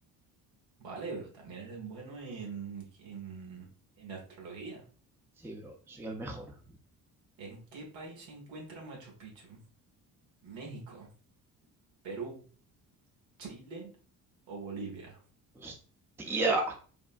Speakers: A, on the right; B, in the centre.
A: Vale, pero también eres bueno en, en, en astrología.
B: Sí, bro, soy el mejor.
A: ¿En qué país se encuentra Machu Picchu? ¿México, Perú, Chile o Bolivia?
B: ¡Hostia!